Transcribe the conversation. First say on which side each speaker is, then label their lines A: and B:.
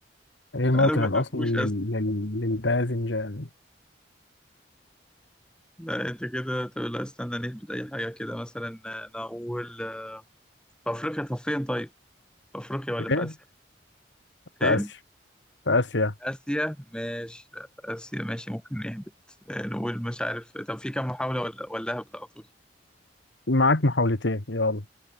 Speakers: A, in the centre; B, on the left.
A: <laughs>
B: إيه الموطن
A: انا ما
B: الأصلي
A: بحبوش
B: لل... لل... للباذنجان؟
A: لا انت كده طب لا استنى نهبط اي حاجه كده مثلا نقول في افريقيا طب فين طيب في افريقيا ولا في
B: إيه؟
A: اسيا فين
B: في آسيا في آسيا
A: اسيا ماشي لا في اسيا ماشي ممكن نهبط آه، نقول مش عارف طب في كام محاوله ولا ولا هبط على طول
B: معاك محاولتين يلا